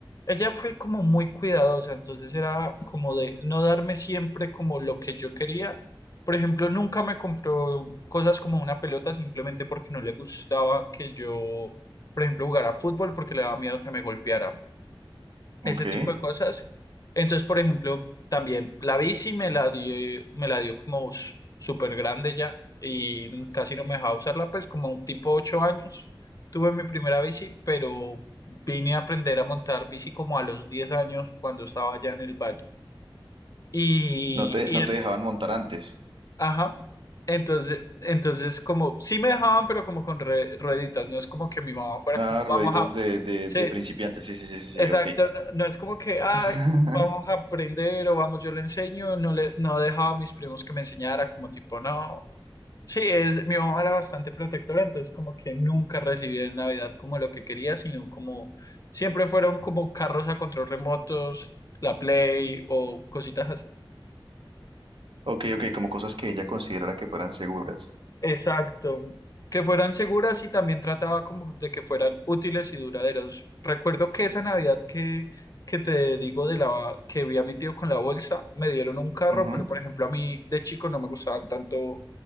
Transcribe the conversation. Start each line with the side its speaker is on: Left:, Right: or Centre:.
Left: ella fue como muy cuidadosa, entonces era como de no darme siempre como lo que yo quería. Por ejemplo, nunca me compró cosas como una pelota simplemente porque no le gustaba que yo, por ejemplo, jugara fútbol porque le daba miedo que me golpeara. ese
Right: Ok.
Left: tipo de cosas. Entonces, por ejemplo, también la bici me la dio, me la dio como s- súper grande ya y casi no me dejaba usarla, pues como tipo ocho años tuve mi primera bici, pero vine a aprender a montar bici como a los 10 años cuando estaba ya en el valle. Y,
Right: No te,
Left: y
Right: no
Left: en-
Right: te dejaban montar antes.
Left: ajá. Entonces, entonces como sí me dejaban, pero como con re- rueditas, no es como que mi mamá fuera
Right: Ah,
Left: como,
Right: rueditas
Left: vamos a,
Right: de, de,
Left: sí,
Right: de principiantes. Sí, sí, sí, sí,
Left: Exacto,
Right: sí, ok.
Left: no, no es como que, ah,
Right: <laughs>
Left: vamos a aprender o vamos, yo le enseño, no le, no dejaba a mis primos que me enseñara, como tipo, no. Sí, es, mi mamá era bastante protectora, entonces como que nunca recibía en Navidad como lo que quería, sino como siempre fueron como carros a control remotos, la Play o cositas así.
Right: Ok, ok, como cosas que ella considerara que fueran seguras.
Left: Exacto. Que fueran seguras y también trataba como de que fueran útiles y duraderas. Recuerdo que esa Navidad que, que te digo de la que vi a mi tío con la bolsa, me dieron un carro,
Right: Ujú,
Left: pero por ejemplo a mí de chico no me gustaban tanto